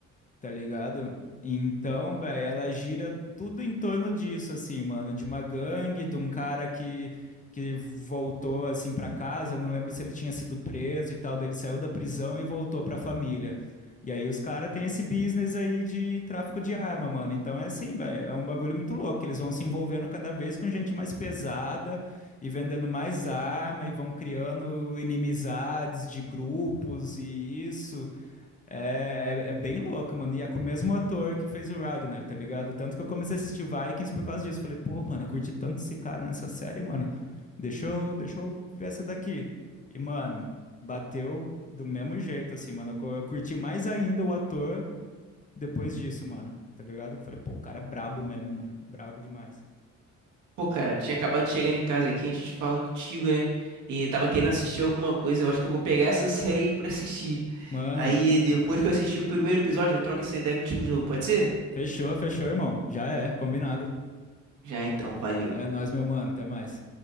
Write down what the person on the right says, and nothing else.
Pô, cara, tinha acabado de chegar em casa aqui, a gente fala contigo, né? E tava querendo assistir alguma coisa, eu acho que eu vou pegar <laughs> essa série pra assistir.
Aí, depois que eu assistir o primeiro episódio, eu troco essa ideia contigo de novo, pode ser?
Já então, valeu.